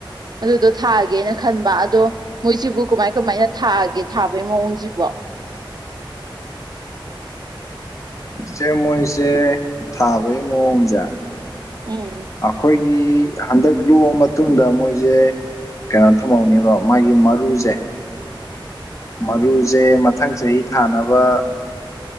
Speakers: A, on the right; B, on the left.
A: ꯑꯗꯨꯗꯣ ꯊꯥꯒꯦꯅ ꯈꯟꯕ ꯑꯗꯣ ꯃꯣꯏꯁꯤꯕꯨ ꯀꯃꯥꯏ ꯀꯃꯥꯏꯅ ꯊꯥꯒꯦ ꯊꯥꯕꯒꯤ ꯃꯑꯣꯡꯁꯤꯕꯣ
B: ꯆꯦ ꯃꯣꯏꯖꯦ ꯊꯕꯩ ꯃꯣꯑꯣꯡꯖꯥ
A: ꯎꯝ
B: ꯑꯩꯈꯣꯏꯒꯤ ꯍꯟꯗꯛ ꯂꯣꯛꯑ ꯃꯇꯨꯡꯗ ꯃꯣꯏꯁꯦ ꯀꯩꯅꯣ ꯊꯝꯍꯧꯅꯦꯕ ꯃꯥꯒꯤ ꯃꯔꯨꯁꯦ ꯃꯔꯨꯁꯦ ꯃꯊꯪ ꯆꯍꯤ ꯊꯥꯅꯕ